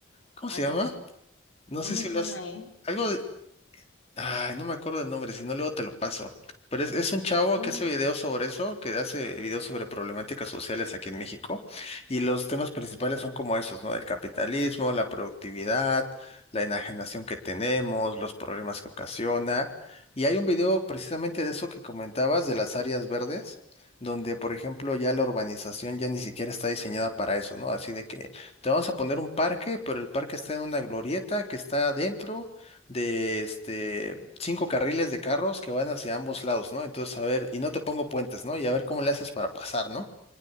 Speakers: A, on the left (about 30°); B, on the left (about 85°).
A: ¿cómo
B: Ah,
A: se llama?
B: caray.
A: No
B: No
A: sé
B: me
A: si
B: suena,
A: lo has,
B: ¿eh?
A: algo, Ay, no me acuerdo del nombre, si no luego te lo paso. Pero es, es un chavo
B: Sí.
A: que hace videos sobre eso, que hace videos sobre problemáticas sociales aquí en México. Y los temas principales son como esos, ¿no? El capitalismo, la productividad, la enajenación que tenemos, los problemas que ocasiona. Y hay un video precisamente de eso que comentabas, de las áreas verdes, donde, por ejemplo, ya la urbanización ya ni siquiera está diseñada para eso, ¿no? Así de que te vamos a poner un parque, pero el parque está en una glorieta que está adentro de este, cinco carriles de carros que van hacia ambos lados, ¿no? Entonces, a ver, y no te pongo puentes, ¿no? Y a ver cómo le haces para pasar, ¿no?